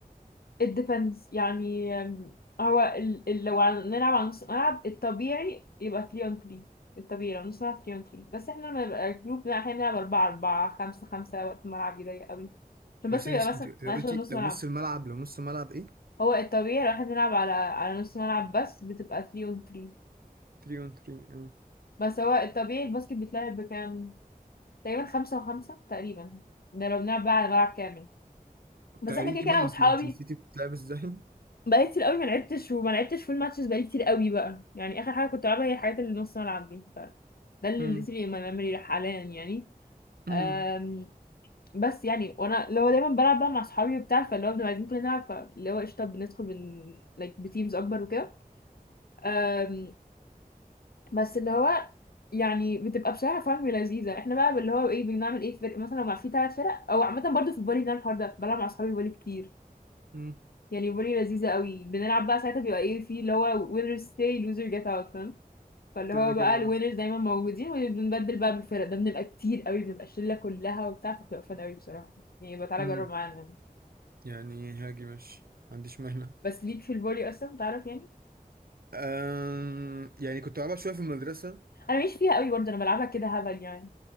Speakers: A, on the left (about 80°); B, on the right (about 75°).
A: it depends يعني أم، هو ال... ال... لو عن- نلعب على نص ملعب الطبيعي يبقى 3 on 3 الطبيعي لو نص ملعب 3 on 3 بس احنا لما نبقى جروب احنا بنلعب 4 4 5 5 وقت الملعب يضيق قوي عشان بس
B: لا ثانيه
A: يبقى مثلا
B: انت لو
A: ماشي
B: قلتي
A: نص
B: لو
A: ملعب
B: نص الملعب لو نص الملعب ايه
A: هو الطبيعي لو احنا بنلعب على على نص ملعب بس بتبقى 3 on 3
B: 3 on 3 اه
A: بس هو الطبيعي الباسكت بيتلعب بكام تقريبا 5 و5 تقريبا ده لو بنلعب بقى على ملعب كامل بس
B: تقريبا
A: احنا كده كده انا واصحابي
B: انت انت نسيتي بتلعب ازاي
A: بقالي كتير قوي ما لعبتش وما لعبتش فول ماتشز بقالي كتير قوي بقى يعني اخر حاجه كنت العبها هي الحاجات اللي نص ملعب دي ف ده اللي
B: امم
A: اللي سيبي ما ميموري حاليا يعني
B: امم
A: أم، بس يعني وانا اللي هو دايما بلعب بقى مع اصحابي وبتاع فاللي هو بنبقى عايزين كلنا نلعب فاللي هو قشطه بندخل من like بتيمز اكبر وكده أم، بس اللي هو يعني بتبقى بصراحه فاهم لذيذه احنا بقى اللي هو ايه بنعمل ايه في فرق مثلا لو مع في ثلاث فرق او عامه برضو في الفولي بنعمل الحوار ده بلعب مع اصحابي فولي كتير
B: امم
A: يعني فولي لذيذة قوي بنلعب بقى ساعتها بيبقى ايه في اللي هو winners stay loser get out فاهم فاللي
B: <laughs> كده
A: هو
B: كده
A: بقى الوينرز دايما موجودين وبنبدل بقى بالفرق ده بنبقى كتير قوي بنبقى الشلة كلها وبتاع فبتبقى فن قوي بصراحة يعني يبقى تعالى
B: امم
A: جرب معانا يعني.
B: يعني هاجي ماشي ما عنديش مانع
A: بس ليك في الفولي اصلا تعرف يعني
B: أم... يعني كنت بلعبها شويه في المدرسه
A: انا ماليش فيها قوي برضه انا بلعبها كده هبل يعني